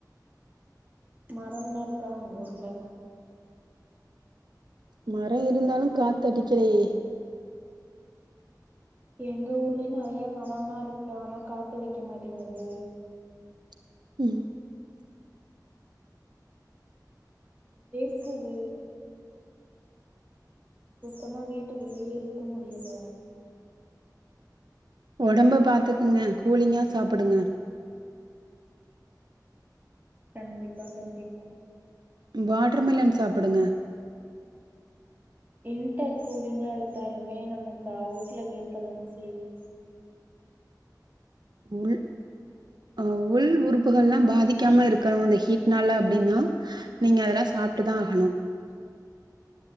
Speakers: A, on the right; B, on the right.
A: மரம்லா இருக்கா உங்க ஊர்ல
B: மரம் இருந்தாலும் காத்தடிக்கலயே
A: எங்க ஊர்லயும் நெறைய மரனா இருக்க ஆனா காத்தடிக்க மாட்டேங்குது
B: <inaudible>
A: <unintelligible> சுத்தமா வீட்டுக்குள்ளியே இருக்க முடியல
B: ஒடம்ப பாத்துக்குங்க கூலிங்கா சாப்புடுங்க
A: கண்டிப்பா கண்டிப்பா
B: ம்வாட் ட்ருமிலன் சாப்புடுங்க
A: இன்ட கூலிங்கா எடுத்தாலுமே நமக்கு அவுட்ல வேர்க்கதாங்க செய்து
B: உள் ஆ உள் உறுப்புகள்ல்லாம் பாதிக்காம இருக்கணும் ந்த ஹீட் நாள அப்டின்னா நீங்க அதெல்லாம் சாப்ட்டுதான் ஆகணும்